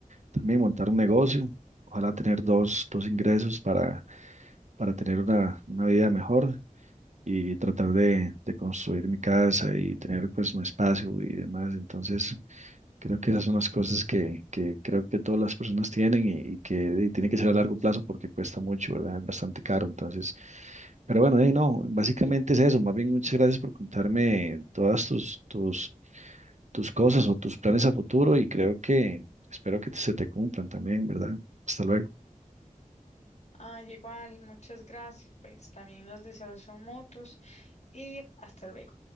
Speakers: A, on the right; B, on the left.
A: también montar un negocio, ojalá tener dos, dos ingresos para, para tener una, una vida mejor y tratar de, de construir mi casa y tener pues mi espacio y demás. Entonces, creo que esas son las cosas que, que creo que todas las personas tienen y, y que eh, tiene que ser a largo plazo porque cuesta mucho, ¿verdad? Es bastante caro. Entonces, pero bueno, eh, no, básicamente es eso. Más bien, muchas gracias por contarme todas tus, tus, tus cosas o tus planes a futuro y creo que espero que se te cumplan también, ¿verdad? Hasta luego.
B: Ay, igual, muchas gracias. Pues también los deseos son mutuos y hasta luego.